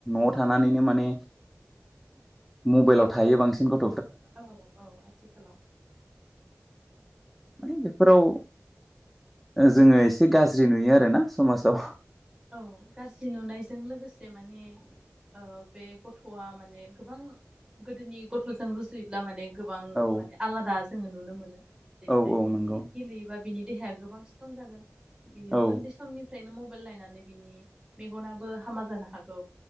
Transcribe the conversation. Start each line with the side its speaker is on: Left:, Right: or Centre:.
Centre: नआव थानानैनो माने मबाइलाव थायो बांसिन गथ
Right: औ- औ आथिखालाव
Centre: माने बेफोराव जोंङो एसे गाज्रि नुयो आरोना समाजाव
Right: औ गाज्रि नुनायजों लोगोसे से माने ओ बे गथआ माने गोबां गोदोनि गथजों रुजुयोब्ला माने गोबां
Centre: औ
Right: माने आलादा जोंङो नुनो मोनो जेरैहाय
Centre: औ औ
Right: बिदि
Centre: नंगौ
Right: गेलेयोबा बिनि देहाया गोबां स्ट्रं जागोन बियो
Centre: औ
Right: उन्दै समनि फ्रायनो मबाइल नायनानै बिनि मेगनाबो हामा जानो हागौ